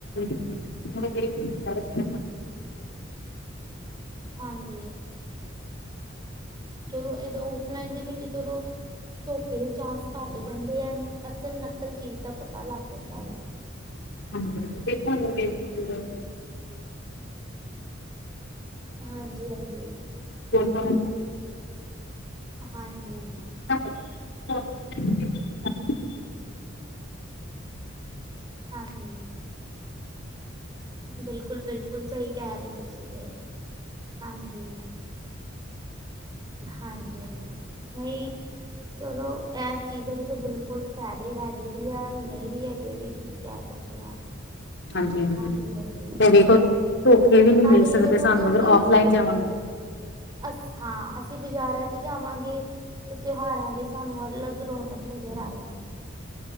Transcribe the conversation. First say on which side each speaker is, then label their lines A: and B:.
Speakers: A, on the left (about 60°); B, on the right (about 20°).
A: ਮ <unintelligible>
B: ਹਾਂਜੀ। ਚਲੋ, ਇਹ‌ ਤਾ ਔਫਲਾਈਨ ਦੇ ਵਿੱਚ ਚਲੋ ਧੋਖੇ ਦੇ ਚਾਂਸ ਘੱਟ ਜਾਂਦੇ ਆ, ਅਸਲ, ਨਕਲ ਚੀਜ਼ ਦਾ ਪਤਾ ਲੱਗ ਜਾਂਦਾ ਵੈ।
A: ਹਾਜੀ, ਦੇਖੋ <unintelligible> ਬ
B: ਹਾਂਜੀ ਹਾਂਜੀ
A: ਦੋ ਸਾਲਾਂ ਤੋਂ
B: ਹਾਂਜੀ।
A: <inaudible>
B: ਹਾਂਜੀ। ਬਿਲਕੁਲ-ਬਿਲਕੁਲ ਸਹੀ ਕਹਿ ਰਹੇ ਤੁਸੀਂ ਤੇ, ਹਾਂਜੀ। ਹਾਂਜੀ, ਹਾਂਜੀ, ਨਹੀਂ ਚਲੋ, ਐਸ ਚੀਜ਼ ਦੇ ਤਾਂ ਬਿਲਕੁਲ ਫਾਇਦੇ ਹੈਗੇ ਵੀ ਹੈਗੇ ਵੀ ਆ, ਨਹੀਂ ਵੀ ਹੈਗੇ, ਵੀ ਕਹਿ ਸਕਦੇ ਹਾਂ।
A: ਹਾਂਜੀ-ਹਾਂਜੀ,
B: ਹਾਂਜੀ ਹਾਂਜੀ
A: ਤੇ ਵੇਖੋ ਧੋਖੇ ਵੀ ਨੀ
B: ਨਾਲੇ
A: ਮਿਲ ਸਕਦੇ
B: ਜਦੋਂ
A: ਸਾਨੂੰ,
B: ਕਿਉਂਕਿ
A: ਅਗਰ ਔਫਲਾਈਨ ਜਾਵਾਂਗੇ।
B: ਅਸ ਹਾਂ। ਅਸੀਂ ਬਜ਼ਾਰਾਂ'ਚ ਜਾਵਾਂਗੇ ਤੇ, ਤਿਉਹਾਰਾਂ ਦੀ ਸਾਨੂੰ ਅਲੱਗ ਰੌਣਕ ਨਜ਼ਰ ਆਏਗੀ।